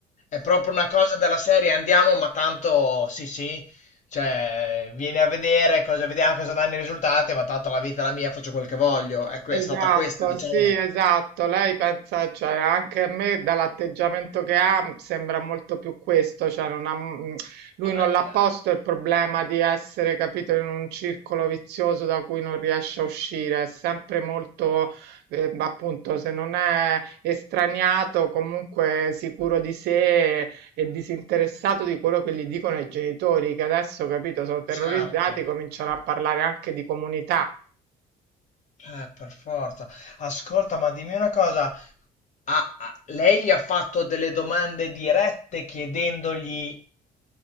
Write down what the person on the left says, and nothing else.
È proprio una cosa della serie, andiamo, ma tanto sì, sì, cioè vieni a vedere cosa vediamo, cosa danno i risultati, ma tanto la vita è la mia, faccio quel che voglio. È, que-
è stata questa, diciamo,
la...
Aia,
certo,
eh, per forza. Ascolta, ma dimmi una cosa. Ah, ah, lei gli ha fatto delle domande dirette chiedendogli